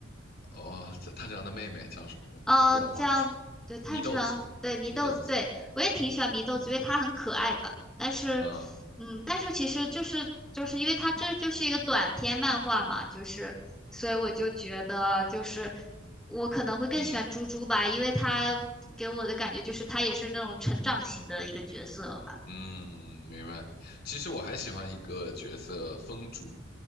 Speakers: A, on the left; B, in the centre.
A: 哦炭治郎的妹妹叫什么，我突然忘记了，
B: 呃，叫，对，炭治郎，
A: 祢豆子，
B: 对，祢豆子，
A: 祢豆子，
B: 对，我也挺喜欢祢豆子，因为它很可爱吧。但是，
A: 嗯
B: 嗯，但是其实就是就是因为它这就是一个短篇漫画嘛，就是，所以我就觉得就是我可能会更喜欢猪猪吧，
A: 嗯
B: 因为它给我的感觉就是它也是那种成长型的一个角色吧。
A: 嗯，明白。其实我还喜欢一个角色风柱，